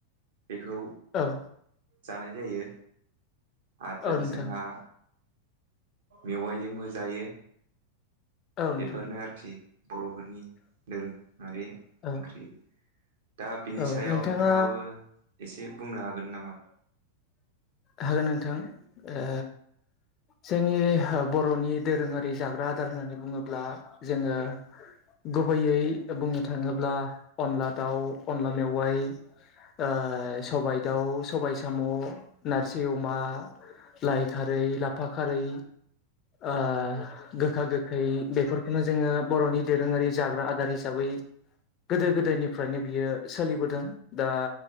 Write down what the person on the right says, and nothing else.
बेखौ
जानाय जायो। आरो
जोंहा मेवाइजोंबो जायो।
बेफोरनो आरोखि बर'फोरनि दोरोंआरि
ओंख्रि। दा बिनि
सायाव
नोंथाङाबो एसे बुंनो हागोन नामा?